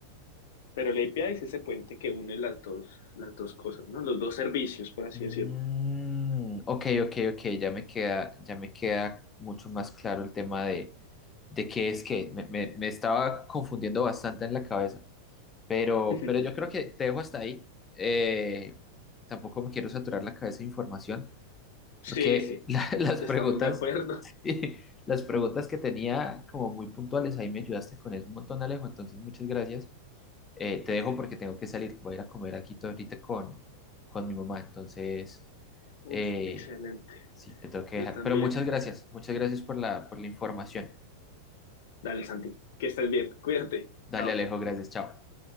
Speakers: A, on the left; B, on the left.
A: Pero el API es ese puente que une las dos, las dos cosas, ¿no? Los dos servicios, por así
B: Mm,
A: decirlo.
B: ok, ok, ok. Ya me queda, ya me queda mucho más claro el tema de, de qué es qué. Me, me- me estaba confundiendo bastante en la cabeza. Pero,
A: <laughs>
B: pero yo creo que te dejo hasta ahí. Eh, tampoco me quiero saturar la cabeza de información. Creo
A: Sí,
B: que
A: sí,
B: la- <laughs> las
A: estamos
B: preguntas,
A: de acuerdo.
B: sí, las preguntas que tenía como muy puntuales, ahí me ayudaste con eso un montón, Alejo. Entonces, muchas gracias. Eh, te dejo porque tengo que salir. Voy a ir a comer aquí ahorita con, con mi mamá. Entonces,
A: <laughs> Uf,
B: eh,
A: excelente.
B: sí, te tengo que
A: Yo
B: dejar.
A: también.
B: Pero muchas gracias. Muchas gracias por la, por la información.
A: Dale, Santi, que estés bien. Cuídate.
B: Dale,
A: Chao.
B: Alejo. Gracias. Chao.